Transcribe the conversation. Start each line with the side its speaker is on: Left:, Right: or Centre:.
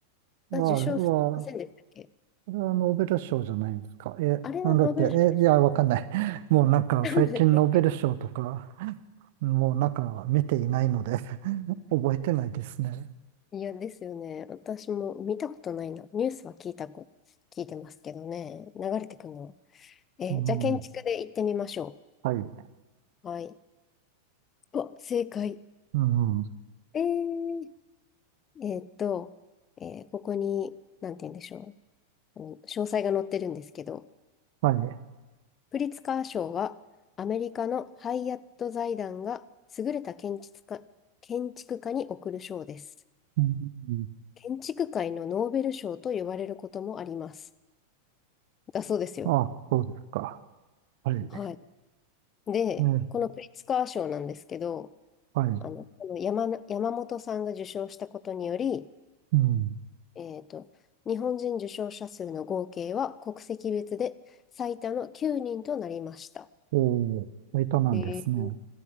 Right: は、
Left: が受賞してませんでしたっけ
Right: は、これはノーベル賞じゃないですか。え、
Left: あれはノーベル賞でし
Right: なんだって、え、いや、わかんない。<laughs> もうなんか最近ノーベル賞とか、
Left: たんでしたっけね
Right: もうなんか見ていないので <laughs> 覚えてないですね。
Left: いや、ですよね。私も見たことないな。ニュースは聞いたこ、聞いてますけどね。流れてくるの。え、
Right: うん、
Left: じゃあ建築で行ってみましょ
Right: はい。
Left: う。はい。うわ、正解。
Right: うん、
Left: えー、えーっと、えーここに、なんて言うんでしょう。この詳細が載ってるんですけど、
Right: はい。
Left: プリツカー賞は、アメリカのハイアット財団が優れた建築家、建築家に贈る賞です。
Right: うん、
Left: 建築界のノーベル賞と呼ばれることもあります。だそうですよ。
Right: あ、そうですか。はい。
Left: はい。で、
Right: ね、
Left: このプリツカー賞なんですけど、
Right: はい。
Left: あの、この山な、山本さんが受賞したことにより、
Right: うん。
Left: えっと、日本人受賞者数の合計は国籍別で最多の9人となりました。
Right: おー、いたなんですね。
Left: えー